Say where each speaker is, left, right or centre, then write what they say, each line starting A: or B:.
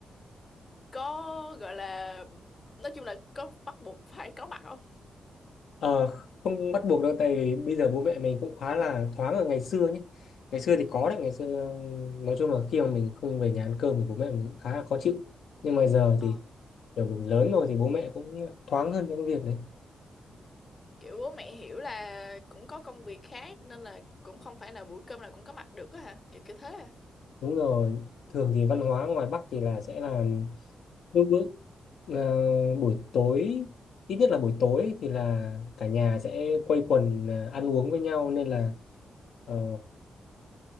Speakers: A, on the left; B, on the left.
A: có gọi là nói chung là có bắt buộc phải có mặt không?
B: Ờ, không bắt buộc đâu tại vì bây giờ bố mẹ mình cũng khá là thoáng ở ngày xưa nhé ngày xưa thì có đấy ngày xưa ừm, nói chung là khi mà mình không về nhà ăn cơm thì bố mẹ mình cũng khá là khó chịu nhưng mà giờ
A: Ờ,
B: thì kiểu mình lớn rồi thì bố mẹ cũng thoáng hơn trong cái việc đấy
A: Kiểu bố mẹ hiểu là cũng có công việc khác nên là cũng không phải là buổi cơm nào cũng có mặt được á hả? Kiểu kiểu thế à?
B: đúng rồi thường thì văn hóa ngoài Bắc thì là sẽ là lúc bữa ờ, buổi tối ít nhất là buổi tối thì là cả nhà sẽ quây quần ờ, ăn uống với nhau nên là ờ,